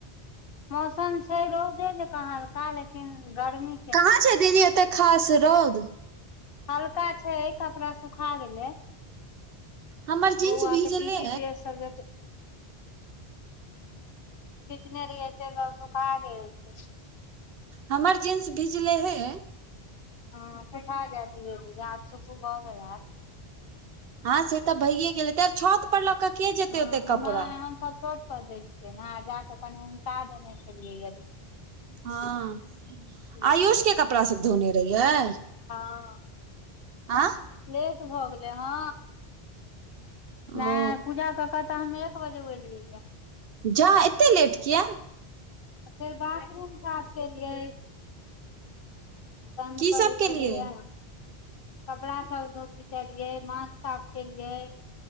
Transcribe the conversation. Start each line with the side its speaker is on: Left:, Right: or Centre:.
Left: मौसम छै रौदे जेका काल्हिखिन लेकिन गर्मी
Right: कहाँ छै दीदी ऐते खास रौद
Left: हल्का छै कपड़ा सुखा गेलेै
Right: हमर जींस
Left: बहु आके
Right: भीजले
Left: पीती
Right: अय
Left: ग सबजत खीचने रहिय छै तऽ सुखा गेल छै
Right: हमर जिन्स भीजले हे
Left: ह त देे आध सुखू भ गेल हायत
Right: हँ से त भइए गेल हेते छत ऊपर लक के जेतै
Left: हँ
Right: ओते कपड़ा
Left: नहि हमसब चोट पर दै छियै ने जाके कनि उनटा देने छलियै ह बीच में
Right: हँ
Left: जेतै
Right: आयुष के कपड़ा सब धोने रहियै
Left: हँ
Right: आँ
Left: लेट भ गेलै हँ नहि
Right: ओ
Left: पूजा कऽ कऽ तऽ हम एक बजे ओलियैए
Right: जा एते लेट किया
Left: अ फेर बाथरूम साफकेलियै तंग
Right: की
Left: करै
Right: सब केलियै
Left: छलैया कपड़ा सब खिचेलियै माथ साफ केलियै